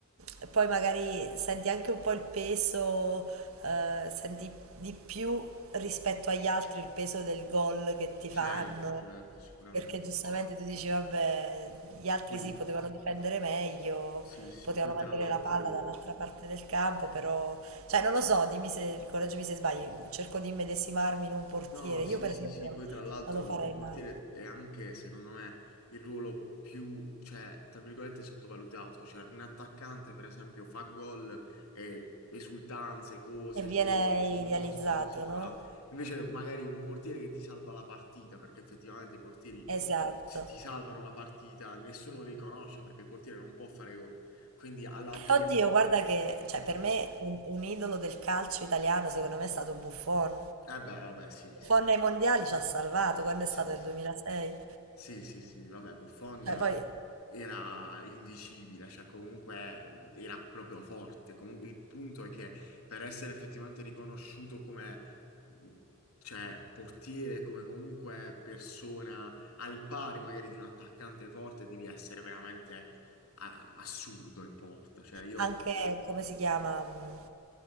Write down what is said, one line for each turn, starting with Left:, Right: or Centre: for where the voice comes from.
Right: e poi magari senti anche un po' il peso, eh, senti di più rispetto agli altri il peso del gol che ti
Left: certo,
Right: fanno.
Left: certo, sicuramente.
Right: Perché giustamente tu dici, vabbè, gli altri
Left: Poi,
Right: sì, potevano difendere meglio,
Left: sì, sì,
Right: potevano
Left: poi
Right: mantenere
Left: tra l'altro...
Right: la palla dall'altra parte del campo, però... Cioè, non lo so, dimmi se, correggimi se sbaglio, cerco di immedesimarmi in un portiere.
Left: No, sì,
Right: Io, per
Left: sì,
Right: esempio,
Left: sì, poi tra l'altro
Right: non lo farei
Left: il portiere
Right: mai.
Left: è anche, secondo me, il ruolo più, cioè, tra virgolette, sottovalutato. Cioè, un attaccante, per esempio, fa gol e esultanze, cose,
Right: E viene
Left: sei il
Right: idealizzato,
Left: mostro, così, colà.
Right: no?
Left: Invece, magari un portiere che ti salva la partita, perché effettivamente i portieri
Right: Esatto.
Left: si- ti salvano la partita, nessuno li conosce perché il portiere non può fare gol. Quindi, alla fine,
Right: Oddio, guarda che, cioè,
Left: non
Right: per me
Left: ha...
Right: un, un idolo del calcio italiano, secondo me, è stato Buffon.
Left: Eh beh, vabbè, sì, sì.
Right: Buffon nei mondiali ci ha salvato, quando è
Left: Sì,
Right: stato nel
Left: sì.
Right: 2006.
Left: Sì, sì, sì, vabbè, Buffon
Right: Cioè, poi
Left: era indicibile, cioè comunque mhmm, era proprio forte. Comunque il punto è che per essere effettivamente riconosciuto come mh, cioè, portiere, come comunque persona al pari magari di un attaccante forte, devi essere veramente a- assurdo in porta. Cioè io,
Right: Anche, come si chiama? mh,